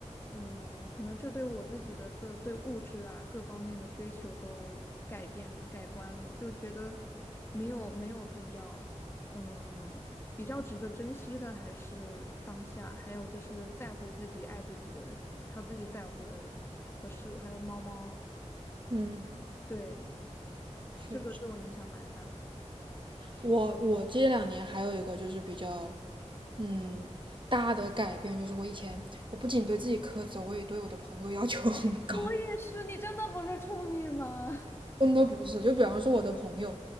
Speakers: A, on the left; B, on the right.
A: 嗯，可能这对我自己的这对物质啊各方面的追求都改变了、改观了，就觉得没有没有必要，嗯，比较值得珍惜的还是当下，还有就是在乎自己、爱自己的人，还有自己在乎的人和事，还有猫猫。
B: 嗯，
A: 对，
B: 确实，
A: 这个对我影响蛮大的。
B: 我我这两年还有一个就是比较嗯大的改变，就是我以前我不仅对自己苛责，我也对我的朋友要求很高。
A: 也是，你真的不是处女吗？<laughs>
B: 真的不是，就比方说我的朋友，